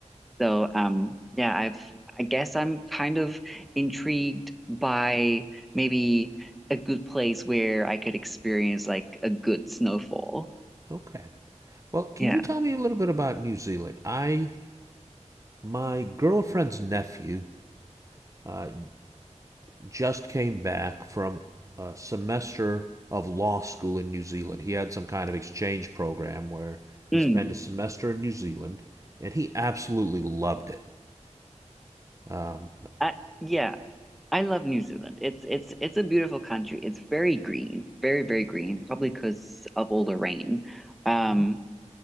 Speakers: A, in the centre; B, on the right.
A: So um, yeah, I've I guess I'm kind of intrigued by maybe a good place where I could experience like a good snowfall.
B: okay. Well, can
A: Yeah.
B: you tell me a little bit about New Zealand? I my girlfriend's nephew uh, just came back from a semester of law school in New Zealand. He had some kind of exchange program where he
A: Mm.
B: spent a semester in New Zealand, and he absolutely loved it. Um,
A: I, yeah. I love New Zealand. It's it's it's a beautiful country. It's very green, very very green, probably because of all the rain. Um,
B: Mhm.